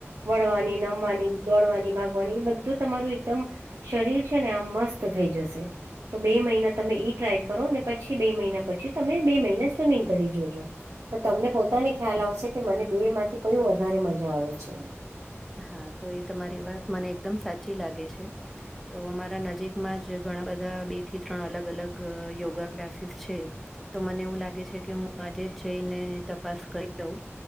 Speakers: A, on the right (about 85°); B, in the centre.
A: વળવાની નમવાની દોડવાની ભાગ. વાની એ બધું તમારું એકદમ શરીર છે ને આ મસ્ત થઈ જશે. તો બે મહિના તમે ઈ ટ્રાય કરો અને પછી બે મહિના પછી તમે બે મહિના સ્વિમિંગ કરી જોજો. તો તમને પોતાને ખ્યાલ આવશે કે મને બે માંથી કયું વધારે મજા આવે છે.
B: હા તો એ તમારી વાત મને એકદમ સાચી લાગે છે. તો અમારા નજીકમાં જ ઘણા બધા બે થી ત્રણ અલગ અલગ યોગા ક્લાસીસ છે. તો મને એવું લાગે છે કે હું આજે જ જઈને તપાસ કરી દઉં.